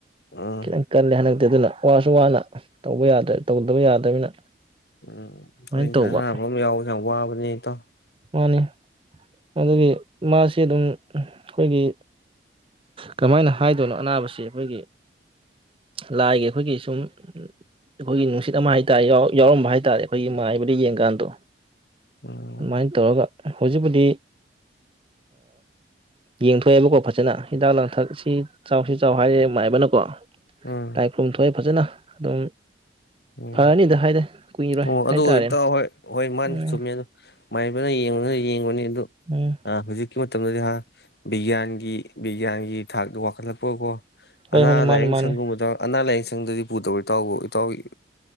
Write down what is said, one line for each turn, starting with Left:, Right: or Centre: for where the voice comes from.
Left: ꯎꯝ
Right: ꯈꯤꯇꯪ ꯀꯜꯂꯦ <unintelligible> ꯑꯗꯨꯅ ꯋꯥꯁꯨ ꯋꯥꯅ ꯇꯧꯕ ꯌꯥꯗ ꯇꯧꯗꯕ ꯌꯥꯗꯕꯅꯤꯅ
Left: ꯎꯝ
Right: ꯑꯗꯨꯃꯥꯏꯅ
Left: ꯑꯩꯈꯣꯏ
Right: ꯇꯧꯕ
Left: ꯑꯅꯥꯕ ꯑꯃ ꯌꯥꯎ ꯌꯥꯝ ꯋꯥꯕꯅꯤ <unintelligible>
Right: ꯃꯥꯅꯤ ꯑꯗꯨꯒꯤ ꯃꯥꯁꯤ ꯑꯗꯨꯝ ꯑꯩꯈꯣꯏꯒꯤ ꯀꯃꯥꯏꯅ ꯍꯥꯏꯗꯣꯏꯅꯣ ꯑꯅꯥꯕꯁꯤ ꯑꯩꯈꯣꯏꯒꯤ ꯂꯥꯏꯒꯤ ꯑꯩꯈꯣꯏꯒꯤ ꯁꯨꯝ ꯑꯩꯈꯣꯏꯒꯤ ꯅꯨꯡꯁꯤꯠ ꯑꯃ ꯍꯥꯏ ꯇꯥꯔꯦ ꯌꯥꯎꯔꯝꯕ ꯍꯥꯏ ꯇꯥꯔꯦ ꯑꯩꯈꯣꯏꯒꯤ ꯃꯥꯏꯕꯗ ꯌꯦꯡꯀꯥꯟꯗꯣ
Left: ꯎꯝ
Right: ꯑꯗꯨꯃꯥꯏꯅ ꯇꯧꯔꯒ ꯍꯧꯖꯤꯛꯄꯨꯗꯤ ꯌꯦꯡꯊꯣꯛꯑꯦꯕꯀꯣ ꯐꯖꯅ ꯍꯤꯗꯥꯛ ꯂꯥꯡꯊꯛꯁꯤ ꯆꯥꯎꯁꯤ ꯆꯥꯎ ꯍꯥꯏꯔꯦ ꯃꯥꯏꯕꯅꯀꯣ
Left: ꯎꯝ
Right: ꯂꯥꯏ ꯈꯨꯔꯨꯝ ꯊꯣꯛ <unintelligible> ꯐꯖꯅ ꯑꯗꯨꯝ
Left: ꯎꯝ
Right: ꯐꯔꯅꯤꯗ ꯍꯥꯏꯗꯤ ꯀꯨꯏꯔꯣꯏ
Left: ꯑꯣ ꯑꯗꯨ
Right: ꯍꯥꯏꯇꯥꯔꯦ
Left: ꯏꯇꯥꯎ ꯍꯣꯏ ꯍꯣꯏ ꯃꯥꯅꯤ
Right: ꯎꯝ
Left: ꯆꯨꯝꯃꯦ ꯑ ꯃꯥꯏꯕꯅ ꯌꯦꯡꯉꯒ ꯌꯦꯡꯕꯅꯤ
Right: ꯎꯝ
Left: <unintelligible> ꯍꯧꯖꯤꯛ <unintelligible> ꯃꯇꯝꯗꯨꯗꯤ ꯕꯤꯒ꯭ꯌꯥꯟꯒꯤ ꯕꯤꯒ꯭ꯌꯥꯟꯒꯤ ꯊꯥꯛꯇ ꯋꯥꯈꯠꯂꯛꯄꯒꯀꯣ
Right: ꯍꯣꯏ
Left: ꯑꯅꯥ
Right: ꯍꯣꯏꯅꯦ ꯃꯥꯅꯤ
Left: ꯂꯥꯏꯌꯦꯡ
Right: ꯃꯥꯅꯤ
Left: ꯁꯪꯒꯨꯝꯕꯗ ꯑꯅꯥ ꯂꯥꯏꯌꯦꯡ ꯁꯪꯗꯗꯤ ꯄꯨꯗꯔꯣ ꯇꯥꯎꯕꯨ ꯇꯧꯏ